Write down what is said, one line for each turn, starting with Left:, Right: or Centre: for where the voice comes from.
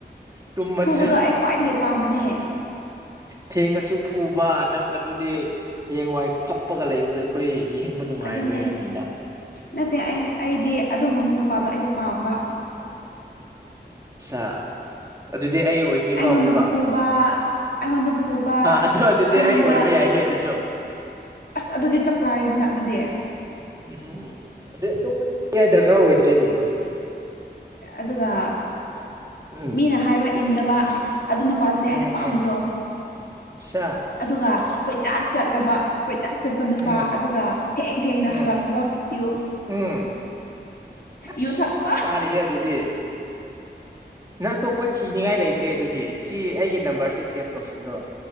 Right: ꯇꯨꯝꯃꯁꯨ
Left: ꯐꯨꯕꯗꯣ ꯑꯩ ꯈ꯭ꯋꯥꯏꯗꯒꯤ ꯄꯥꯝꯕꯅꯦ
Right: ꯊꯦꯡꯉꯁꯨ ꯐꯨꯕ ꯅꯪ ꯑꯗꯨ ꯍꯌꯦꯡꯋꯥꯏ ꯀꯞꯄꯒ ꯂꯩꯕꯗ ꯑꯩꯈꯣꯏ ꯌꯦꯡꯕ ꯅꯨꯡꯉꯥꯏꯔꯣꯏ
Left: ꯑꯗꯨꯅꯦ
Right: ꯍꯥꯏꯕꯅꯤꯗ
Left: ꯅꯠꯇꯦ ꯑꯩ ꯑꯩꯗꯤ ꯑꯗꯨꯒꯨꯝꯕ ꯅꯨꯄꯥꯗꯣ ꯑꯩꯗꯤ ꯄꯥꯝꯕ
Right: ꯑ ꯑꯗꯨꯗꯤ ꯑꯩ ꯑꯣꯏꯅꯤꯀꯣ
Left: ꯑꯩꯉꯣꯟꯗ
Right: ꯑꯃꯨꯛꯀ
Left: ꯐꯨꯕ ꯑꯩꯉꯣꯟꯗ ꯐꯨꯕ
Right: ꯑꯗꯨ ꯑꯗꯨꯗꯤ
Left: ꯑꯩꯉꯣꯟꯗ
Right: ꯑꯩ ꯑꯣꯏꯕ ꯌꯥꯏꯍꯦ ꯑꯗꯨꯁꯨ
Left: ꯑꯁ ꯑꯗꯨꯗꯤ ꯆꯞ ꯆꯥꯔꯤꯗꯨꯅ ꯑꯗꯨꯗꯤ
Right: ꯎꯝꯝ ꯑꯗꯩ ꯑꯇꯣꯞꯄꯅꯤꯡꯌꯥꯥꯏ ꯗꯔꯀꯥꯔ ꯑꯣꯏꯗ꯭ꯔꯦ ꯀꯩꯅꯣ ꯁꯤꯗꯤ
Left: ꯑꯗꯨꯒ
Right: ꯎꯝ
Left: ꯃꯤꯅ ꯍꯥꯏꯕ ꯏꯟꯗꯕ ꯑꯗꯨꯅ ꯃꯄꯥꯗꯨꯅꯦ ꯑꯩꯅ
Right: ꯎꯝ
Left: ꯄꯥꯝꯕꯗꯣ
Right: ꯎꯝ ꯁꯥ
Left: ꯑꯗꯨꯒ ꯀꯣꯏꯆꯠ ꯆꯠꯂꯕ ꯀꯣꯏꯆꯠ ꯆꯠꯄ ꯅꯨꯄꯥ
Right: ꯎꯝ
Left: ꯑꯗꯨꯒ ꯊꯦꯡ ꯊꯦꯡꯅ
Right: ꯎꯝ
Left: ꯍꯜꯂꯛꯄꯗꯣ ꯌꯨꯝ
Right: ꯎꯝ ꯑꯁ
Left: ꯌꯨ ꯊꯛꯄ
Right: ꯆꯞ ꯆꯥꯔꯤꯍꯦ ꯑꯗꯨꯗꯤ ꯅꯪ ꯑꯇꯣꯞꯄ ꯊꯤꯅꯤꯡꯉꯥꯏ ꯂꯩꯇ꯭ꯔꯦ ꯑꯗꯨꯗꯤ ꯁꯤ ꯑꯩꯒꯤ ꯅꯝꯕꯔꯁꯦ ꯁꯦꯞ ꯇꯧꯁꯤꯜꯂꯣ